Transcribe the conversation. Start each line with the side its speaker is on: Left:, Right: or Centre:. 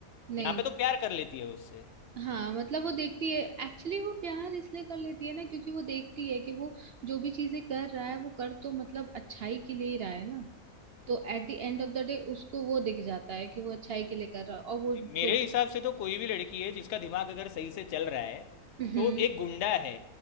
Right: नहीं
Left: यहाँ पे तो प्यार कर लेती है उससे
Right: हाँ मतलब वो देखती है एक्चुअली वो प्यार इसलिए कर लेती है ना क्योंकि वो देखती है कि वो जो भी चीजें कर रहा है वो कर तो मतलब अच्छाई के लिए ही रहा है ना तो at the end of the day उसको वो दिख जाता है कि वो अच्छाई के लिए कर रहा है और वो
Left: नहीं, मेरे
Right: जो भी
Left: हिसाब से तो कोई भी लड़की है जिसका दिमाग अगर सही से चल रहा है
Right: हम्म
Left: तो एक गुंडा है